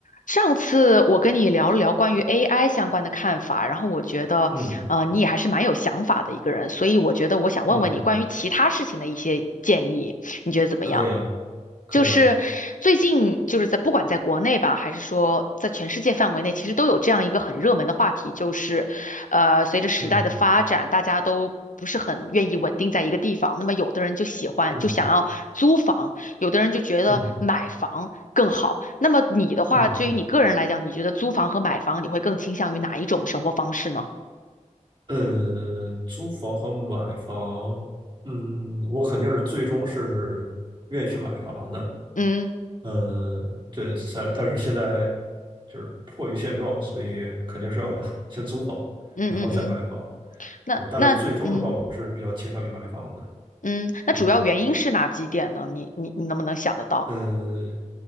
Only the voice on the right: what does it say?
嗯
嗯嗯，
可以啊，可以啊，
嗯
嗯
嗯
嗯，
嗯呃，租房和买房，嗯，我肯定是最终是愿意去买房的，
呃，对，但但是现在就是迫于现状，所以肯定是要 <laughs> 先租房，
然后再买房，
对，但是最终的话，我是比较倾向于买房的，
嗯，
呃